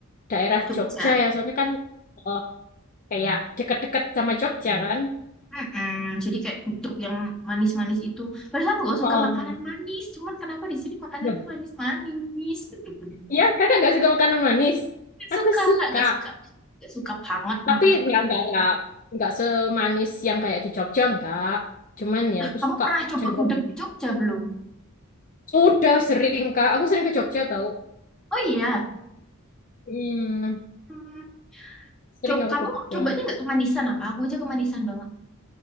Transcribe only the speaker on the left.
daerah
Jogja ya. Soalnya kan eh, kayak deket-deket sama Jogja kan.
Oh,
loh,
iya kakak nggak suka makanan manis.
Aku
suka,
tapi
nggak nggak nggak nggak semanis yang kayak di Jogja nggak. Cuman ya
aku
suka
cenderung
manis.
Sudah sering kak, aku sering ke Jogja tau.
Hmm,
sering
aku
ke Jogja.